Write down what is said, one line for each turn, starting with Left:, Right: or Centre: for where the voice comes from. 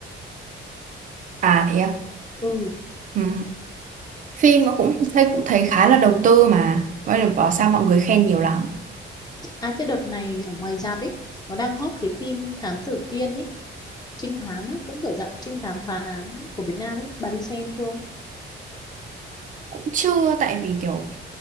Right: à thế à
Left: Ừ,
Right: ừ phim mà cũng thấy cũng thấy khá là đầu tư mà vậy là bảo
Left: ừm.
Right: sao mọi người khen nhiều lắm
Left: À, thế đợt này ở ngoài rạp ấy, nó đang hot cái phim Thám Tử Kiên ấy, trinh thám ấy, cũng kiểu dạng trinh thám phá án của Việt Nam ấy, bà đi xem chưa?
Right: cũng chưa tại vì kiểu